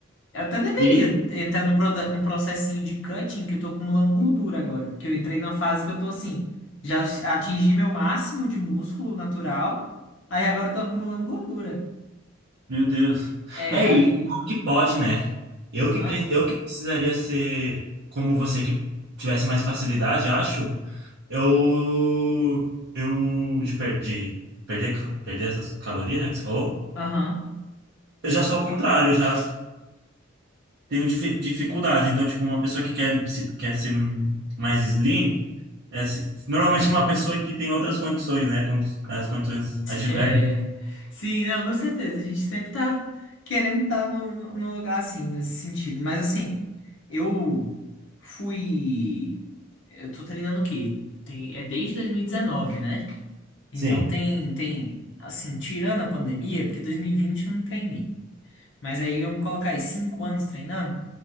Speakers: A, on the left; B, on the right.
A: Eu até deveria
B: E aí,
A: entrar num proda- um processinho de cutting que eu tô acumulando gordura agora. Porque eu entrei na fase que eu tô assim. Já atingi meu máximo de músculo natural. Aí agora eu tô acumulando gordura.
B: meu Deus.
A: É,
B: É, e
A: aí.
B: como que pode, né? Eu que,
A: hã?
B: pre- eu que precisaria ser como você que tivesse mais facilidade, acho. Eu. Eu. De, per- de perder, ca- perder essas calorias, né, que você falou.
A: Aham.
B: Eu já sou o contrário, eu já. tenho difi- dificuldade. Então, tipo, uma pessoa que quer, se- quer ser mais slim, é se- normalmente uma pessoa que tem outras condições, né? Quando as condições adversas.
A: É. Sim, não, com certeza. A gente sempre tá querendo estar no, no, no lugar assim, nesse sentido. Mas assim, eu fui. Eu tô treinando o quê? Tem... É desde 2019, né? Então
B: Sim,
A: tem, tem, assim, tirando a pandemia, porque 2020 eu não treinei. Mas aí vamos colocar aí cinco anos treinando,